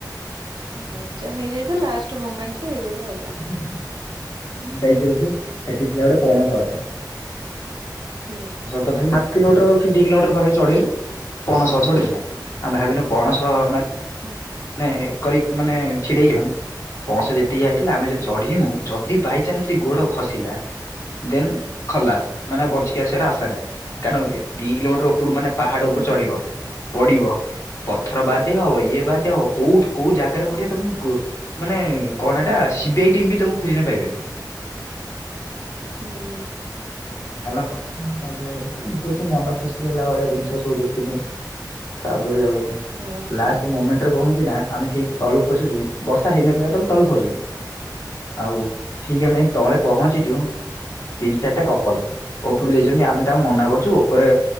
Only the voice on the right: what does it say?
ମଜା ନେଇଯାଇଛ ଲାଷ୍ଟ ମୋମେଣ୍ଟ ରେ ଏଇଭଳିଆ ହେଲା।
ହୁଁ
ହୁଁ।
ହୁଁ
ହୁଁ
ହଁ
ହୁଁ
ହୁଁ